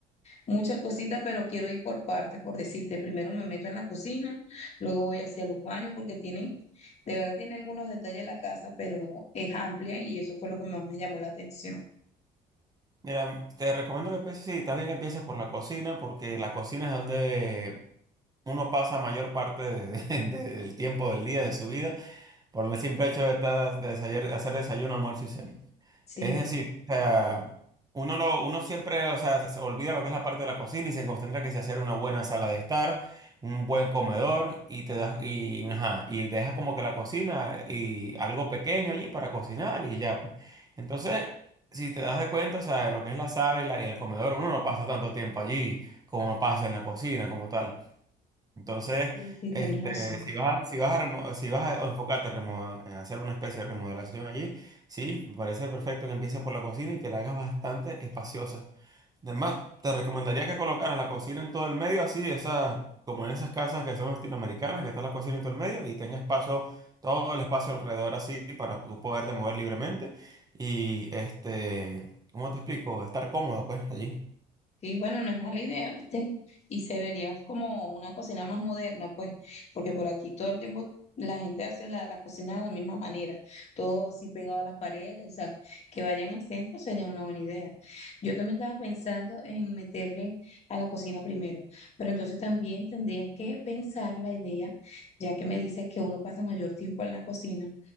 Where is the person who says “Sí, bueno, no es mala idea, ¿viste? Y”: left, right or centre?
Left